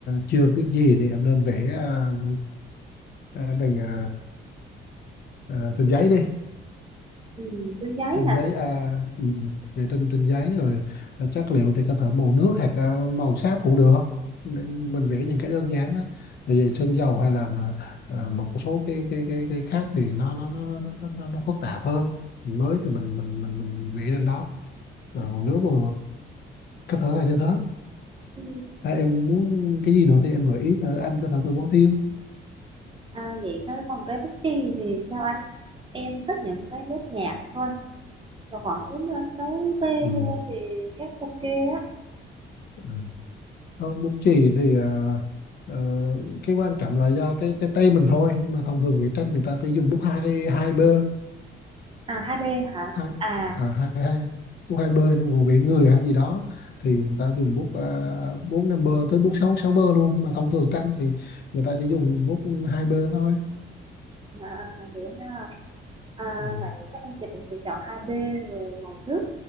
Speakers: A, on the left (about 55°); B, on the right (about 25°).
A: chưa biết gì thì em nên vẽ ờ, ờ, bằng ờ, ờ, trên giấy đi
B: ừ, túi giấy
A: trên
B: hả
A: giấy à ừ, ừ, vệ tinh trên giấy rồi ờ, chất liệu thì có thể màu nước hoặc ờ, màu sáp cũng được Nên mình vẽ những cái đơn giản á tại vì sơn dầu hay là mà, ờ, một số cái cái cái cái khác thì nó nó nó nó, nó nó phức tạp hơn mới thì mình mình mình mình vẽ lên đó rồi còn nước mà có thể là như thế
B: ừ,
A: à, em muốn cái gì nữa thì em gợi ý tới anh có thể tư vấn thêm
B: à, vậy thôi còn cái bút chì thì sao anh em thích những cái nét nhạt thôi rồi khoảng đến ờ, 6B
A: ừ.
B: thì chắc ok á
A: à, không bút chì thì ờ, ờ, cái quan trọng là do cái cái tay mình thôi nhưng mà thông thường vẽ tranh người ta cứ dùng bút hai hai bơ
B: à hai b hả
A: bút hai
B: à,
A: à, hai hai bút hai bơ nhưng còn vẽ người hay gì đó thì người ta dùng bút ờ, bốn năm bơ tới bút sáu sáu bơ luôn nhưng mà thông thường tranh thì người ta chỉ dùng bút hai bơ thôi
B: à vậy ha à,
A: ừ.
B: vậy chắc em sẽ cũng sẽ chọn hai b rồi màu nước